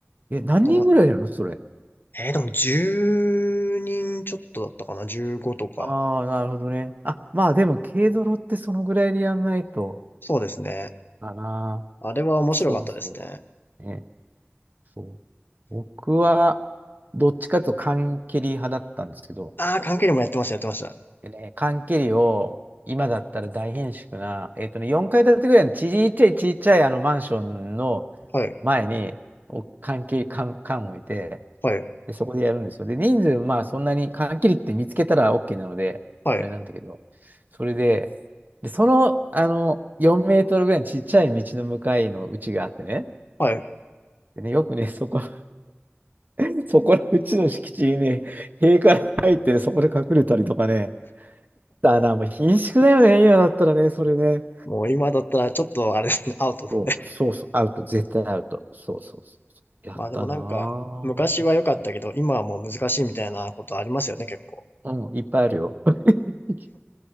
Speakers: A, on the right (about 45°); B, on the left (about 50°).
A: ええ、何人ぐらいやるのそれ。
B: なんか、えーでも10人ちょっとだったかな ?15 とか。
A: ああ、なるほどね。あ、まあでも、軽泥ってそのぐらいでやんないと、
B: そうですね。
A: かな。
B: あれは面白かったですね。
A: そうそう。ね。そう。僕は、どっちかというと缶蹴り派だったんですけど、
B: ああ、関係にもやってました、やってました。
A: でね、缶切りを、今だったら大変縮な、えっとね、4階建てぐらいのちっちゃいちっちゃいあのマンションの
B: はい、
A: 前に、お缶切り、缶、缶を置いて、
B: はい、
A: で、そこでやるんですよ。で、人数、まあそんなに缶切りって見つけたら OK なので、
B: はい、
A: あれなんだけど、それで、で、その、あの、4メートルぐらいのちっちゃい道の向かいの家があってね、
B: はい。
A: でね、よくね、そこ、<laughs> そこのうちの敷地にね、塀から入ってね、そこで隠れたりとかね、だな、もう貧縮だよね、今だったらね、それね。
B: もう今だったらちょっとあれですね、<laughs> アウトですね。
A: そう、そうそう、アウト、絶対アウト。そうそうそう。
B: <laughs>
A: やったなぁ。
B: まあでもなんか、昔は良かったけど、今はもう難しいみたいなことありますよね、結構。
A: うん、いっぱいあるよ。<laughs>